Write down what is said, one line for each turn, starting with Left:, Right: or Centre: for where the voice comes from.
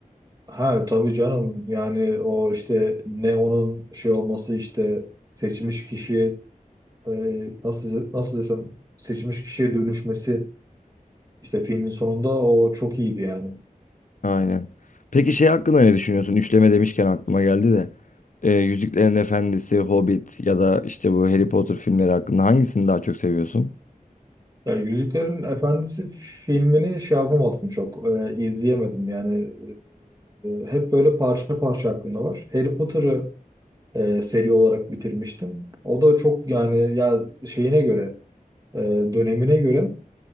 Right: Ha tabii canım yani o işte Neo'nun şey olması işte seçmiş kişiye e, nasıl nasıl desem seçmiş kişiye dönüşmesi işte filmin sonunda o çok iyiydi yani.
Left: Aynen. Peki şey hakkında ne düşünüyorsun? Üçleme demişken aklıma geldi de. E, Yüzüklerin Efendisi, Hobbit ya da işte bu Harry Potter filmleri hakkında hangisini daha çok seviyorsun?
Right: Ya Yüzüklerin Efendisi filmini şey yapamadım çok e, izleyemedim yani e, hep böyle parça parça aklımda var. Harry Potter'ı e, seri olarak bitirmiştim. O da çok yani ya şeyine göre e, dönemine göre